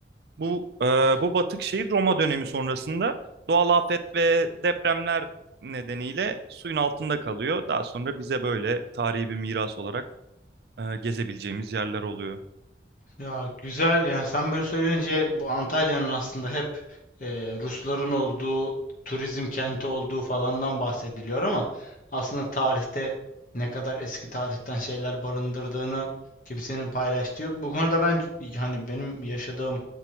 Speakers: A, on the right; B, on the left.
A: Bu e,
B: Aa.
A: bu batık şehir Roma dönemi sonrasında doğal afet ve depremler nedeniyle suyun altında kalıyor. Daha sonra bize böyle tarihi bir miras olarak e, gezebileceğimiz yerler oluyor.
B: Ya güzel yani sen böyle söyleyince bu Antalya'nın aslında hep e, Rusların olduğu, turizm kenti olduğu falandan bahsediliyor ama aslında tarihte ne kadar eski tarihten şeyler barındırdığını kimsenin paylaştığı yok. Bu konuda ben hani benim yaşadığım